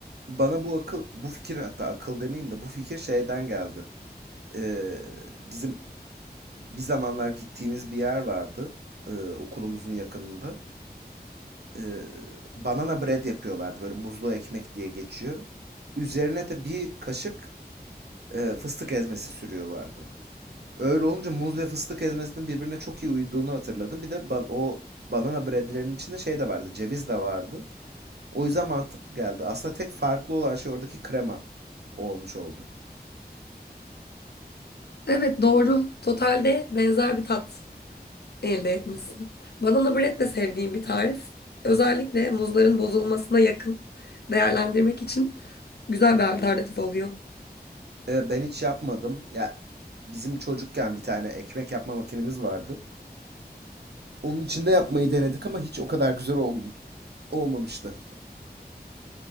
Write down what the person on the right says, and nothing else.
Bana bu akıl, bu fikir hatta akıl demeyeyim de bu fikir şeyden geldi. Ee, bizim bir zamanlar gittiğimiz bir yer vardı ee, okulumuzun yakınında. Ee, banana bread yapıyorlardı böyle muzlu ekmek diye geçiyor. Üzerine de bir kaşık e, fıstık ezmesi sürüyorlardı. Öyle olunca muz ve fıstık ezmesinin birbirine çok iyi uyduğunu hatırladım. Bir de ba- o banana breadlerin içinde şey de vardı, ceviz de vardı. O yüzden mantıklı geldi. Aslında tek farklı olan şey oradaki krema olmuş oldu.
E, ben hiç yapmadım. Ya bizim çocukken bir tane ekmek yapma makinemiz vardı. Onun içinde yapmayı denedik ama hiç o kadar güzel olm- olmamıştı.